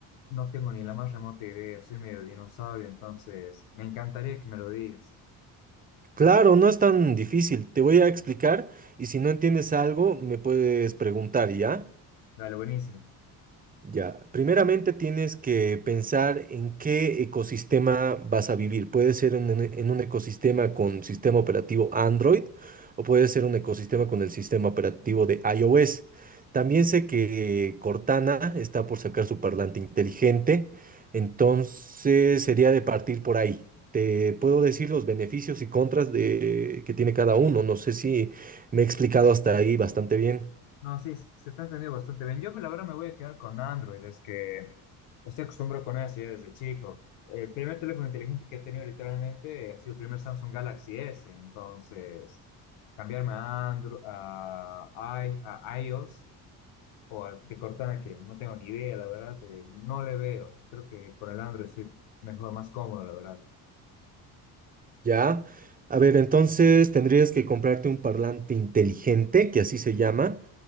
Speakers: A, on the left (about 80°); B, on the right (about 20°).
A: No tengo ni la más remota idea, soy medio dinosaurio, entonces me encantaría que me lo digas.
B: Claro, no es tan difícil. Te voy a explicar y si no entiendes algo, me puedes preguntar, ¿ya?
A: Dale, buenísimo.
B: Ya, primeramente tienes que pensar en qué ecosistema vas a vivir. Puede ser en, un en un ecosistema con sistema operativo Android o puede ser un ecosistema con el sistema operativo de iOS. También sé que Cortana está por sacar su parlante inteligente, entonces sería de partir por ahí. Te puedo decir los beneficios y contras de, que tiene cada uno. No sé si me he explicado hasta ahí bastante bien.
A: No, sí, se te ha entendido bastante bien. Yo, la verdad, me voy a quedar con Android. Es que estoy acostumbrado con eso ya desde chico. El primer teléfono inteligente que he tenido literalmente ha sido el primer Samsung Galaxy S. Entonces, cambiarme a Android, a, i- a iOS o a de Cortana, que no tengo ni idea, la verdad, eh, no le veo. Creo que con el Android estoy mejor, más cómodo, la verdad.
B: Ya. A ver, entonces tendrías que comprarte un parlante inteligente, que así se llama.